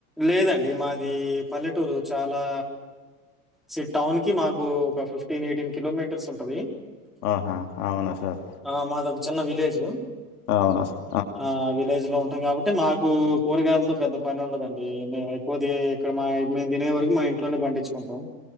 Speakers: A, in the centre; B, on the left.
A: లేదండి మాది పల్లెటూరు చాలా సో టౌన్ కి మాకు ఒక ఫిఫ్టీన్ ఎయిటీన్ కిలోమీటర్స్ ఉంటది
B: ఆహా అవునా సార్
A: ఆ మాదీ ఒక చిన్న విలేజ
B: అవునా సార్
A: ఆ విలేజ్ లో ఉంటాం కాబట్టి మాకు కూరగాయలతో పెద్ద పని ఉండదండి మేము ఎక్కువది ఇక్కడ మా మేము తినే వరకు మా ఇంట్లోనే పండించుకుంటాం